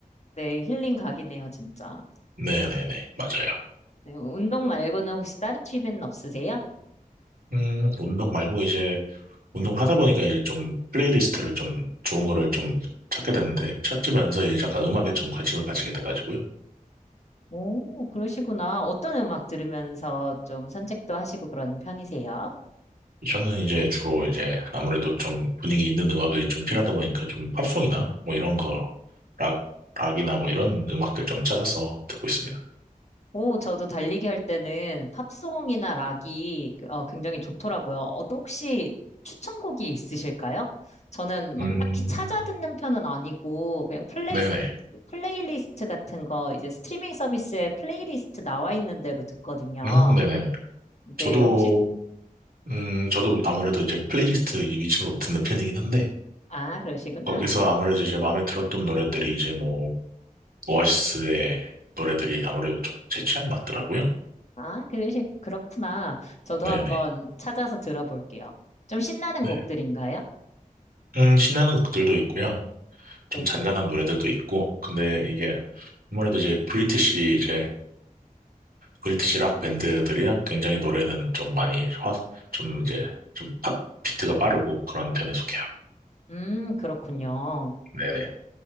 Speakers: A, on the left (about 50°); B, on the right (about 80°).
A: 네, 힐링 각이네요, 진짜.
B: 네네네. 맞아요.
A: 네, 운동 말고는 혹시 다른 취미는 없으세요?
B: 음, 운동 말고 이제 운동을 하다 보니까 이제 좀 플레이리스트를 좀 좋은 거를 좀 찾게 됐는데 찾으면서 이제 약간 음악에 좀 관심을 가지게 돼가지고요.
A: 오, 그러시구나. 어떤 음악 들으면서 좀 산책도 하시고 그런 편이세요?
B: 저는 이제 주로 이제 아무래도 좀 분위기 있는 음악이 좀 필요하다 보니까 좀 팝송이나 뭐 이런 거, 락, 락이나 뭐 이런 음악들 좀 찾아서 듣고 있습니다.
A: 오, 저도 달리기 할 때는 팝송이나 락이 어, 굉장히 좋더라고요. 어, 또 혹시 추천곡이 있으실까요? 저는 막
B: 음,
A: 딱히 찾아 듣는 편은 아니고 그냥 플레이,
B: 네네.
A: 플레이리스트 같은 거 이제 스트리밍 서비스에 플레이리스트 나와 있는 대로 듣거든요.
B: 음, 네네네.
A: 네,
B: 저도,
A: 혹시,
B: 음, 저도 아무래도 이제 플레이리스트 위주로 듣는 편이긴 한데
A: 아, 그러시구나.
B: 거기서 아무래도 이제 마음에 들었던 노래들이 이제 뭐 오아시스의 노래들이 아무래도 좀 제 취향이 맞더라고요.
A: 아, 그러시, 그렇구나. 저도
B: 네네.
A: 한번 찾아서 들어볼게요. 좀 신나는
B: 네.
A: 곡들인가요?
B: 음, 신나는 곡들도 있고요. 좀
A: 네네.
B: 잔잔한 노래들도 있고. 근데 이게 아무래도 이제 브리티시 이제 브리티시 락 밴드들이야 굉장히 노래는 좀 많이 화, 좀 이제 좀 팟, 비트가 빠르고 그런 편에 속해요.
A: 음, 그렇군요.
B: 네네.